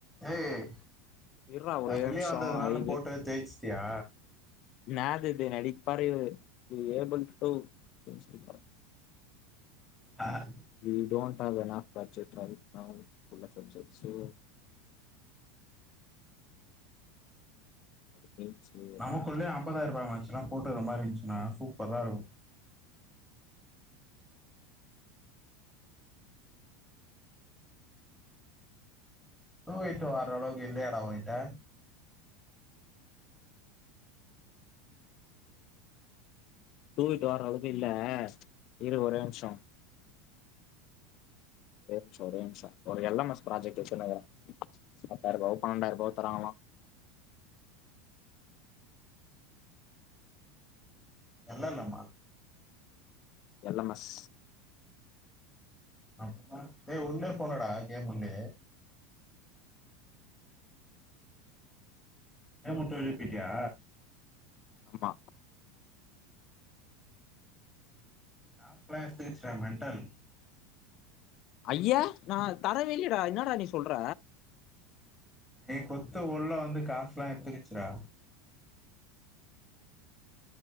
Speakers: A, in the centre; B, on the left.
A: ஹேய்
B: இர்றா
A: நா
B: ஒரே
A: வெளிய
B: நிமிஷோ
A: வந்ததுனால
B: ஐ
A: போட்டத தேச்ட்டியா
B: னாது து அடிப்படை வீ ஏபில் டு தொம்சிகா
A: ஆஹ்
B: வீ டோண்ட் அவர் நா பட்ச்செபல் now full of subject so சேரி சேரி
A: நமக்குள்ளே அம்பதாயிரூவா மன்ச்லா போட்டுற மாரி இருந்துச்சுனா சூப்பராருக்கு தூகிட்டு வர்றளவுக்கு இல்லையாடா உங்கிட்ட
B: தூக்கிட்டு வர்றளவுக்கு இல்ல இரு ஒரே நிம்ஷோ ஒரு நிம்ஷோ ஒரே நிமிஷோ ஒரு எல் எம் எஸ் ப்ராஜெக்ட் வைச்ருந்தாங்க பத்தாயிர ரூவாவோ பண்ணெண்டாயிர ரூபாவோ தராங்களா
A: எல் எல் எம் ஆ
B: எல் எம் எஸ்
A: அப்பா டே உள்யே போலடா கேம் உள்யே ஏ முட்டு வலி கேட்டியா
B: ஆமா
A: ஆஃப்லா எத்துச்சுடா மெண்டல்
B: ஐய்யே நா தரவேல்லியடா என்னாடா நீ சொல்ற
A: நீ குத்த உள்ள வந்து காசுல்லா எத்துக்கிச்சுடா